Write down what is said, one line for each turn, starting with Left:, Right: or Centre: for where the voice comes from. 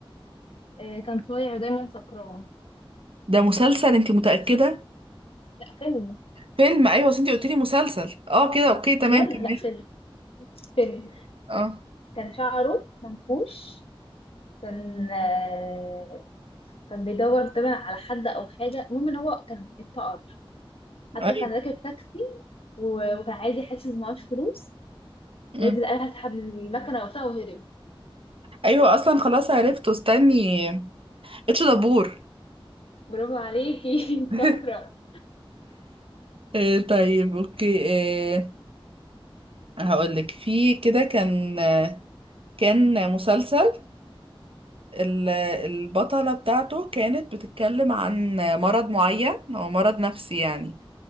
Left: آه، كان صايع ودايما سكران
Right: ده مسلسل انت متأكدة
Left: لا فيلم
Right: فيلم ايوه اصل انت قلت لي مسلسل اه كده اوكي تمام
Left: بجد
Right: كملي
Left: لا فيلم فيلم
Right: اه
Left: كان شعره منكوش كان آه، كان بيدور طبعا على حد او حاجه المهم ان هو كان اتفقر حتى
Right: ايوه
Left: كان راكب تاكسي و- وكان عايز يحاسب ومعهوش فلوس
Right: مم.
Left: نزل قال هسحب من المكنه وبتاع وهرب
Right: ايوه اصلا خلاص عرفته استني اتش دبور
Left: برافو عليكي <laughs> انت
Right: <laughs>
Left: شاطرة
Right: آه، طيب اوكي آه، هقولك في كده كان آه، كان مسلسل ال- البطلة بتاعته كانت بتتكلم عن مرض معين هو مرض نفسي يعني